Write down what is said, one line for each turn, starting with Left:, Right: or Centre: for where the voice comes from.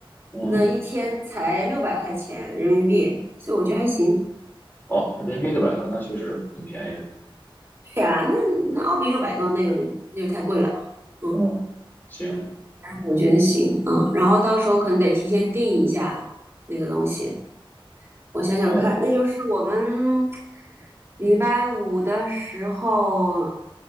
Left: 嗯，
Right: 那一天才六百块钱人民币，所以我觉得还行。
Left: 哦，人民币六百多，那确实挺便宜的。
Right: 对呀，那那澳币六百多，那有那就太贵了嘛。嗯，
Left: 嗯，行，
Right: 我觉得行，嗯，然后到时候可能得提前订一下那个东西。我想想看，
Left: 哦，
Right: 那就是我们礼拜五的时候，